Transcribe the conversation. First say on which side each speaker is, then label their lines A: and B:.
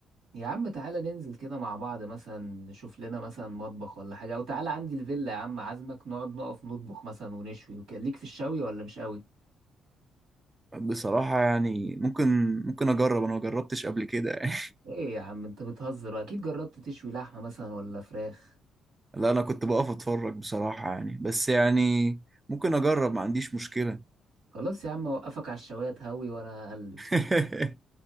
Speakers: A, on the right (about 80°); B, on the right (about 20°).
A: يا عم تعالى ننزل كده مع بعض مثلا نشوف لنا مثلا مطبخ ولا حاجة او تعالى عندي الفيلا يا عم عازمك نقعد نقف نطبخ مثلا ونشوي وكده ليك في الشوي ولا مش قوي
B: بصراحة يعني ممكن ممكن اجرب انا ما جربتش قبل كده <laughs> يعني.
A: ايه يا عم انت بتهزر واكيد جربت تشوي لحمة مثلا ولا فراخ
B: لا انا كنت بقف اتفرج بصراحة يعني بس يعني ممكن اجرب ما عنديش مشكلة
A: خلاص يا عم اوقفك على الشوايه هوي وانا اقلب
B: <laughs>